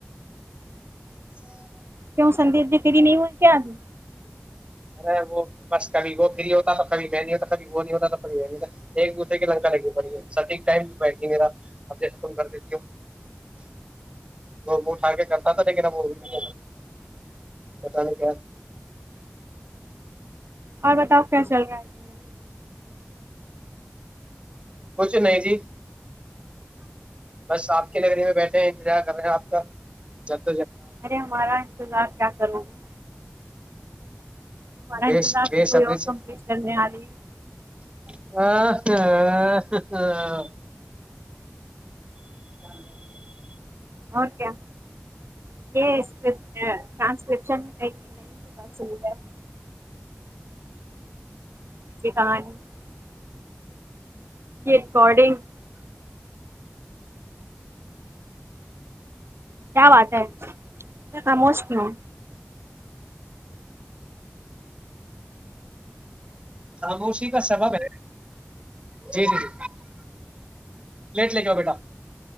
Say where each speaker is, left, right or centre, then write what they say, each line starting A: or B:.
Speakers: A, on the right; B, on the right.
A: ہ
B: کی ہوں سدیپ ج تری نہیں ہوئی کیا آگھی
A: ارے وہ بس کبھی وہ فری ہوتا کبھی میں نہیں ہوتا کبھی وہ نہیں ہوتاڑ ایک دوسرے کے لنکا لگی پڑی سٹھیک ٹائم تو بیٹھی میرا ابم کر دیتی ہوں وہ اٹھا کے کرتا تھا لیکن اب وہ نہیں سکتا کیا
B: اور بتاؤ کیا چل رہا ہے زی
A: کچھ نہیں جی بس آپ کے لائبریری میں بیٹھے ہیں انتظار کر رہے ہیں آپ کا جب
B: ارے ہمارا انتظار کیا کروں گی تمہارا انتظار
A: بے بے
B: سے کوئی
A: صبری
B: اور کمپلیٹ
A: سے
B: کرنے آ رہی ہے
A: <unintelligible> ج <inaudible>
B: اور کیا یہ شرمٹ اگلی نم کے پاس چلی جائے <unintelligible> یہ ریکارڈنگ <inaudible> کیا وٹ ہے کا موج کیوں
A: خاموشی کا سبب ہے جی جی جی پلیٹ لے کے بیٹھے